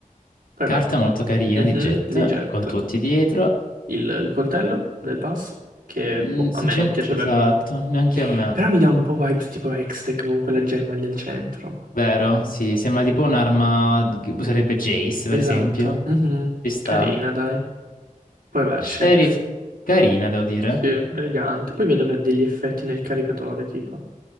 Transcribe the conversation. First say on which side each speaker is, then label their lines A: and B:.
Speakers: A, on the right; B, on the left.
A: Poi,
B: Carta
A: beh,
B: molto carina
A: mhm,
B: di Jet,
A: di Jet.
B: con tutti dietro.
A: il, il coltello del pass, che
B: Mm,
A: boh, a
B: sinceramente,
A: me non piace
B: esatto,
A: per niente.
B: neanche a me.
A: Però mi dà un po' vibes tipo Hextech con quella gemma lì al centro.
B: Vero? Sì, sembra tipo un'arma che userebbe Jace,
A: Esatto.
B: per esempio.
A: mhm.
B: Ci sta.
A: Carina, dai. Poi vabbè,
B: Sheriff,
A: Sheriff.
B: carina, devo dire.
A: Sì, sì, elegante. Poi vedo che ha degli effetti nel caricatore, tipo.